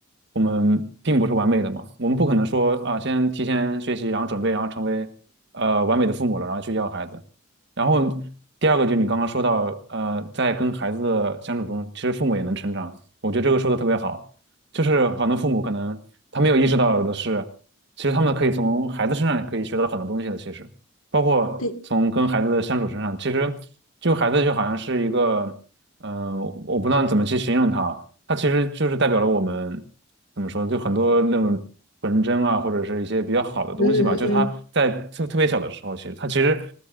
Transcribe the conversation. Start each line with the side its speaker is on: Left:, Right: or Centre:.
Right: 我们并不是完美的嘛，我们不可能说啊、先提前学习，然后准备，然后成为呃完美的父母了，然后去要孩子。然后第二个就是你刚刚说到，呃，在跟孩子的相处中，其实父母也能成长，我觉得这个说的特别好，就是很多父母可能他没有意识到的是，其实他们可以从孩子身上也可以学到很多东西的，其实。包括从跟孩子的相处身上，
Left: 对，
Right: 其实就孩子就好像是一个，嗯、我不知道怎么去形容他，他其实就是代表了我们怎么说，就很多那种纯真啊，或者是一些比较好的东西吧。
Left: 嗯嗯，
Right: 就是他在特特别小的时候，
Left: 嗯，
Right: 其实他其实，